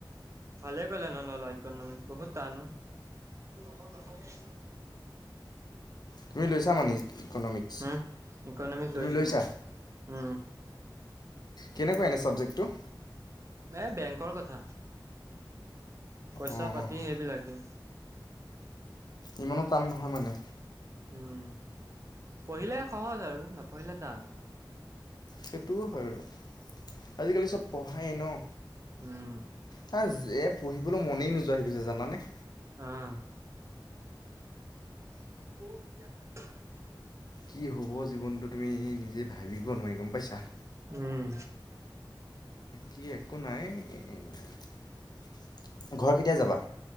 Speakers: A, on the right; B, on the left.
A: ভালে কৰিলা নললা ইকনমিক্স, বহুত তানো। <unintelligible>
B: তুমি লৈছা মানে ইকনমিক্স
A: উম, ইকনমিক্স
B: তুমি
A: লৈছো
B: লৈছা
A: মই। উম।
B: কেনেকুৱা এনে ছাবজেক্টটো?
A: ম বেংকৰ কথা। পইচা
B: অঁ
A: পাতি সেইবিলাকে।
B: ইমানো টান নহয় মানে?
A: উম, পঢ়িলে সহজ আৰু নপঢ়িলে টান।
B: সেইটোও হয় বাৰু আজিকালি চব পঢ়ায়ে ন!
A: উম।
B: হ এ পঢ়িবলৈ মনেই নোযোৱা হৈ গৈছে জানানে।
A: অঁ। <inaudible>
B: কি হ'ব জীৱনটো তুমি নিজে ভাবিব নোৱাৰি গম পাইছা।
A: উম,
B: কি একো নাই। ঘৰ কেতিয়া যাবা?